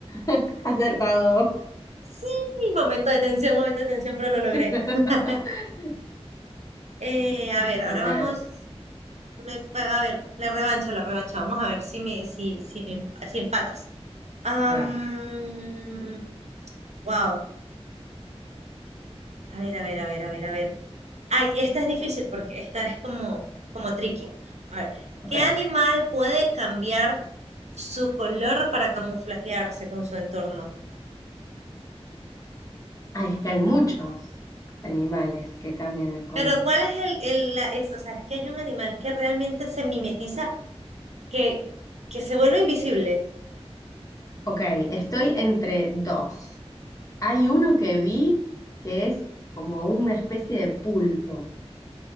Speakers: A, on the left; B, on the right.
A: <laughs> Acertado.
B: <laughs> momento de tensión, momento de tensión, pero lo logré.
A: <laughs>
B: <laughs> Eh, a ver,
A: Genial.
B: ahora vamos, me- a ver, la revancha, la revancha. Vamos a ver si me, si, si me, si empatas. Am,
A: A ver,
B: Wow. A ver, a ver, a ver, a ver, a ver. Ay, esta es difícil porque esta es como, como tricky. A ver,
A: ok.
B: ¿qué animal puede cambiar su color para camuflajearse con su entorno?
A: Ay, es que hay muchos animales que cambian el color.
B: Pero ¿cuál es el, el la- es- o sea, es que hay un animal que realmente se mimetiza, que, que se vuelve invisible.
A: Ok, estoy entre dos. Hay uno que vi que es como una especie de pulpo.